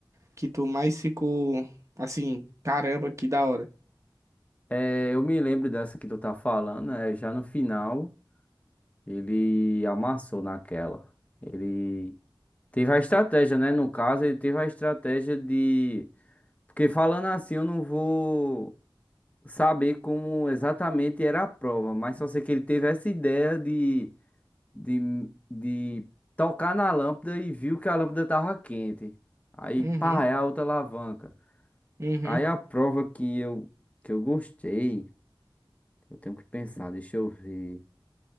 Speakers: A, on the right; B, on the left.
A: que tu mais ficou assim, caramba, que da hora?
B: É, eu me lembro dessa que tu tá falando, é, já no final ele amassou naquela. Ele teve a estratégia, né? No caso, ele teve a estratégia de Porque falando assim, eu não vou saber como exatamente era a prova, mas só sei que ele teve essa ideia de, de, de tocar na lâmpada e viu que a lâmpada tava quente. Aí,
A: Uhum,
B: pá, é a outra alavanca.
A: uhum.
B: Aí a prova que eu, que eu gostei, eu tenho que pensar, deixa eu ver.